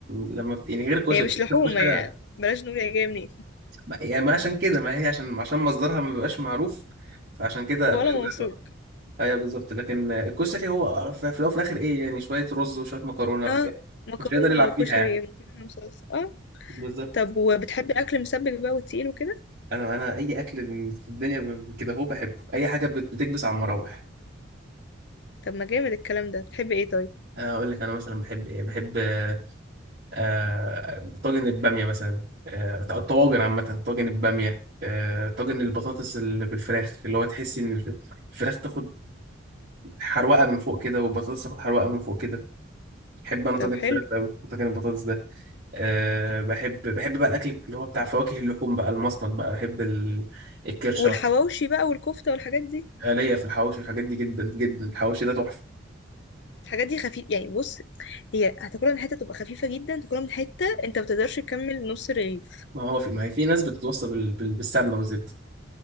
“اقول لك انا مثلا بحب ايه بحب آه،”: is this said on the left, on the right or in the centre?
Right